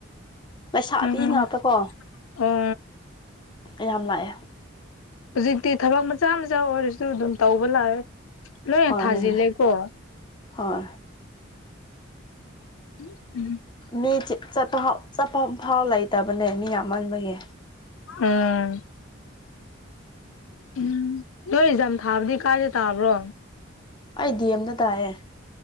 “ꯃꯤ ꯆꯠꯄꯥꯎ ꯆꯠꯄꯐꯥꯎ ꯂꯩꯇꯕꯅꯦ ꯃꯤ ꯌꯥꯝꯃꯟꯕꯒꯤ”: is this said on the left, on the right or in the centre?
Left